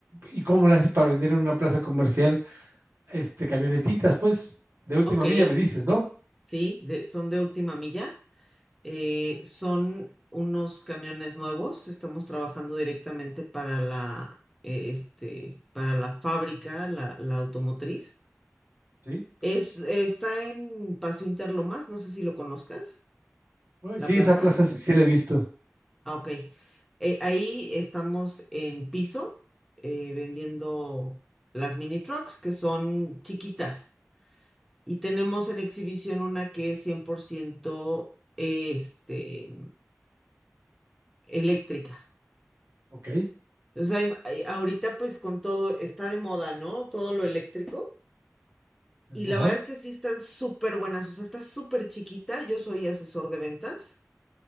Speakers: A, on the right; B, in the centre.
A: y cómo lo haces para vender en una plaza comercial, este, camionetitas, pues, de última
B: Ok,
A: milla me dices, ¿no?
B: sí, de- son de última milla, eh, son unos camiones nuevos, estamos trabajando directamente para la, eh, este, para la fábrica, la, la automotriz.
A: Sí.
B: Es, está en Paso Interlomas, no sé si lo conozcas,
A: Uy,
B: la
A: Sí,
B: plaza.
A: esa plaza sí, sí la he visto.
B: Ah, ok. Eh, ahí estamos en piso eh, vendiendo las mini trucks que son chiquitas y tenemos en exhibición una que es 100%, este, eléctrica.
A: Ok.
B: O sea, hay- hay- ahorita pues con todo está de moda, ¿no? Todo lo eléctrico y la
A: Ajá.
B: verdad es que sí están súper buenas, o sea, está súper chiquita. Yo soy asesor de ventas